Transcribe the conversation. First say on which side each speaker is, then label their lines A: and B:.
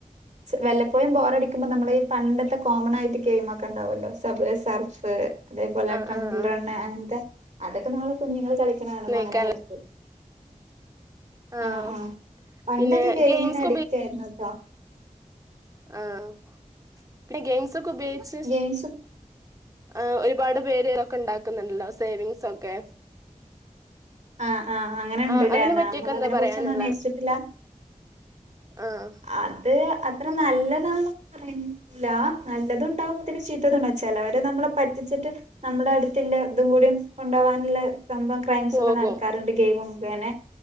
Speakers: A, on the right; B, on the right.
A: ച്ച് വല്ലപ്പോയും ബോറടിക്കുമ്പ നമ്മള് ഈ പണ്ടത്തെ കോമണായിട്ട് ഗെയിമൊക്കെണ്ടാവല്ലോ സബ് സർഫ് അതേപോലെ
B: ആഹ്
A: ടമ്പിൾ
B: ആഹ്
A: റണ്ണ് അങ്ങൻത്തെ അതൊക്കെ നളെ കുഞ്ഞുങ്ങൾ കളിക്ക ക്കണാണുമ്പോ
B: സ്നേക്കാല
A: അങ്ങനെ കളിക്കും
B: ആഹ്
A: ആ ആ പണ്ടൊക്കെ
B: പിന്നെ
A: ഗെയിമിനു
B: ഗെയിംസ്
A: അഡിക്റ്റായിരുന്നു ട്ടോ
B: ആ ഇവടെ ഗെയിംസ് ക്കെ ഉപയോഗിച്ച്
A: ഗെയിംസ്
B: ആ ഒരുപാട് പേരൊക്കെ ഉണ്ടാക്കുന്നുണ്ടല്ലോ സേവിങ്സ് ഒക്കെ
A: ആഹ് ആഹ് അങ്ങനെ ഉണ്ട്ല്ലേ
B: ആഹ് അതിനെ
A: നമ്മൾ
B: പറ്റിയൊക്കെ എന്താ
A: അതിനെ
B: പറയാനുള്ള
A: കുുറിച്ചൊന്നും അന്വേഷിച്ചിട്ടില്ല.
B: ആഹ്
A: അത് അത് അത്ര നല്ലതാണ പറയുന്നില്ല നല്ലതുണ്ടാവുമ്പോത്തിനു ചീത്തതുണ്ടാവും ചെലവരെ നമ്മളെ പറ്റിച്ചിട്ട് നമ്മുടെ അടുത്തുള്ള ഇതും കൂടി കൊണ്ടവാനുള്ള സംഭം ക്രൈംസ്ക്കെ
B: പോകും
A: നടക്കാറുണ്ട് ഗെയിം മുഖേനെ